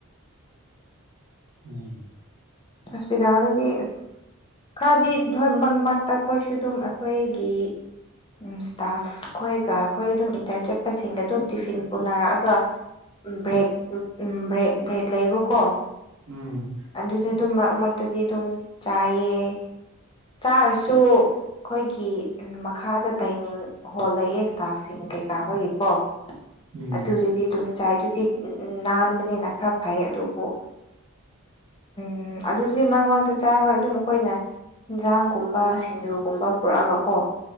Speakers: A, on the right; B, on the left.
A: ꯎꯝ
B: ꯍꯣꯁꯄꯤꯇꯥꯥꯜꯗꯗꯤ ꯑꯁ ꯈꯔꯗꯤ <unintelligible> ꯑꯩꯈꯣꯏꯁꯨ ꯑꯗꯨꯝ ꯑꯩꯈꯣꯏꯒꯤ <unintelligible> ꯏꯁꯇꯥꯐ ꯑꯩꯈꯣꯏꯒ ꯑꯩꯈꯣꯏ ꯑꯗꯨꯝ ꯏꯟꯇꯔꯟ ꯆꯠꯄꯁꯤꯡꯒ ꯑꯗꯨꯝ ꯇꯤꯐꯤꯟ ꯄꯨꯅꯔꯛꯑꯒ ꯕ꯭ꯔꯦꯛ ꯕ꯭ꯔꯦꯛ ꯕ꯭ꯔꯦꯛ ꯂꯩꯌꯦꯕꯀꯣ
A: ꯎꯝ
B: ꯑꯗꯨꯗ ꯑꯗꯨꯝ ꯃꯔꯛ ꯃꯔꯛꯇꯗꯤ ꯑꯗꯨꯝ ꯆꯥꯏꯌꯦ ꯆꯥꯔꯁꯨ ꯑꯩꯈꯣꯏꯒꯤ ꯃꯈꯥꯗ ꯗꯥꯏꯅꯤꯡ ꯍꯣꯜ ꯂꯩꯌꯦ ꯁꯇꯥꯐꯁꯤꯡ ꯀꯩꯀꯥꯈꯣꯏꯒꯤꯀꯣ
A: ꯎꯝ
B: ꯑꯗꯨꯗꯗꯤ ꯑꯗꯨꯝ ꯆꯥꯏꯗꯨꯗꯤ ꯎꯝ ꯅꯥꯟꯕꯅꯤꯅ ꯈꯔ ꯐꯩ ꯑꯗꯨꯕꯨ ꯎꯝ ꯑꯗꯨꯗꯤ ꯃꯔꯛ ꯃꯔꯛꯇ ꯆꯥꯏ ꯍꯣꯏ ꯑꯗꯨꯝ ꯑꯩꯈꯣꯏꯅ ꯏꯟꯖꯥꯡꯒꯨꯝꯕ ꯁꯤꯡꯖꯨꯒꯨꯝꯕ ꯄꯨꯔꯛꯑꯒ ꯀꯣ